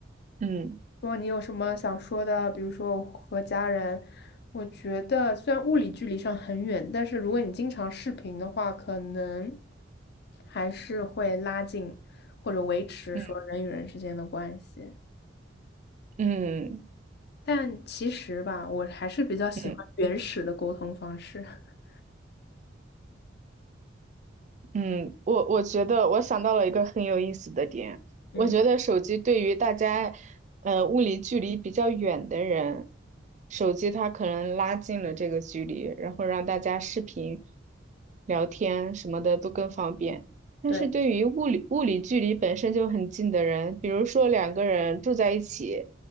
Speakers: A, on the right (about 40°); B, on the left (about 60°).
A: 嗯
B: 如果你有什么想说的，比如说我和家人，我觉得虽然物理距离上很远，但是如果你经常视频的话，可能还是会拉近或者维持说人与人之间的关系。
A: 嗯嗯
B: 但其实吧，我还是比较喜欢原始的沟通方式。
A: 嗯。
B: <laughs>
A: 嗯，我我觉得我想到了一个很有意思的点，
B: 嗯，
A: 我觉得手机对于大家，呃，物理距离比较远的人，手机它可能拉近了这个距离，然后让大家视频、聊天什么的都更方便。但是对于物理物理距离本身就很近的人，
B: 对，
A: 比如说两个人住在一起，